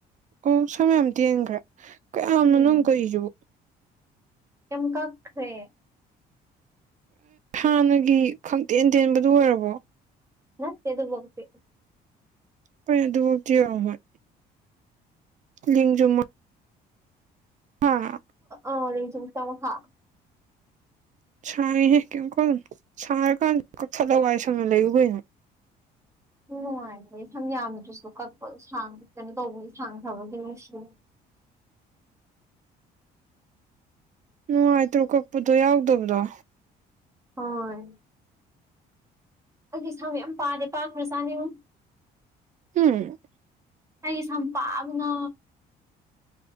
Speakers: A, on the right; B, on the right.
A: ꯑꯣ ꯁꯝ ꯃꯌꯥꯝ ꯇꯦꯟꯈ꯭ꯔꯦ ꯀꯌꯥꯝꯅꯣꯅꯣ
B: ꯎꯝ
A: ꯀꯧꯏꯁꯤꯕꯨ
B: ꯌꯥꯝ ꯀꯥꯈꯔꯦ
A: ꯍꯥꯟꯅꯒꯤ ꯈꯪꯇꯦꯟ ꯇꯦꯟꯕꯗꯨ ꯑꯣꯏꯔꯕꯣ
B: ꯅꯦ ꯑꯗꯨ ꯍꯣꯦ
A: ꯐꯩ ꯑꯗꯨꯐꯥꯎꯤꯔꯝꯃꯣꯏ ꯂꯖꯨꯃ ꯍ
B: ꯑꯦꯟꯖ ꯇ ꯍꯥ
A: ꯁꯥꯡꯉꯍꯦ ꯀꯀꯣ ꯁꯥꯡꯔꯀꯥꯟ ꯀꯈꯠꯂꯋꯥꯏ ꯁꯅ ꯂꯩꯌꯕ
B: ꯅꯨꯡꯉꯥꯏꯕꯣꯏ ꯁꯝ ꯌꯥꯝꯃꯤꯗꯨꯁꯨ ꯀꯛꯄ ꯁꯥꯡꯛꯀꯅ ꯇꯧꯕꯒꯤ ꯁꯥꯡꯈ꯭ꯔꯕꯒꯤ ꯅꯨꯡꯁꯨ
A: ꯅꯨꯡꯉꯥꯏꯇ꯭ꯔꯣ ꯀꯛꯄꯗꯣ ꯌꯥꯎꯗꯕꯗꯣ
B: ꯍꯣꯏ ꯑꯩꯗꯤ ꯁꯥꯃꯛ ꯌꯥꯝ ꯄꯥꯗꯦ ꯄꯥꯈ꯭ꯔ ꯆꯥꯅꯤꯉꯨ
A: ꯍꯝ
B: ꯑꯩ ꯁꯝꯄꯥꯕꯅ